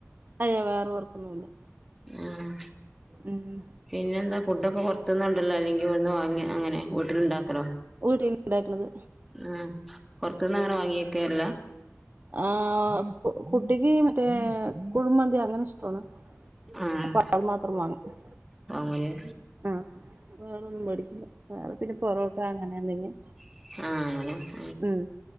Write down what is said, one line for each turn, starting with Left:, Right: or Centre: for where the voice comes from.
Right: അയ്യോ വേറെ വർക്കൊന്നുമില്ല
Centre: ആഹ്.
Right: ഉം
Centre: പിന്നെയെന്താ ഫുഡൊക്കെ പുറ ത്തുന്ന് ണ്ടോര് ലോ അല്ലെങ്കിൽ വട്ന്നുവാങ്ങി അങ്ങനെവീട്ടിലുണ്ടാക്കലോ
Right: വീട്ടിൽ ഉണ്ടാക്കുന്നത്
Centre: ആഹ്.. പുറത്തുന്നങ്ങനെ വാങ്ങിവയ്ക്കാറില്ല
Right: ആഹ്.. കുട്ടീക്ക് മറ്റേ കുഴിമന്തിയങ്ങനെയിഷ്ടമാണ്
Centre: ആഹ്
Right: അപ്പൊയതു മാത്രം വങ്ങും
Centre: വാങ്ങൂലേ
Right: ആഹ്‌.. വേറൊന്നും മേടിക്കില്ലാ, വേറെ പിന്നെ പൊറോട്ടായങ്ങനെയെന്തെങ്കി
Centre: ആ ഹ്.. അങ്ങനെ
Right: ഉം